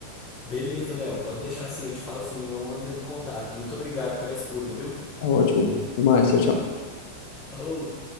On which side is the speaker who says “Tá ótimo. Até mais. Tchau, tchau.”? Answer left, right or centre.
Left